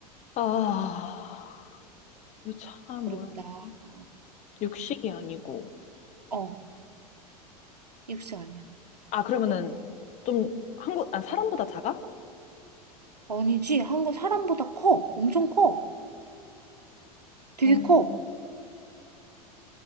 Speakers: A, on the left; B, on the right.
A: 아, 이거 참
B: 어렵다.
A: 어렵네.
B: 어,
A: 육식이 아니고.
B: 어, 육식 아니야.
A: 아, 그러면은 좀 한국, 아, 사람보다 작아?
B: 아니지. 한국 사람보다 커. 엄청 커. 되게
A: 어,
B: 커.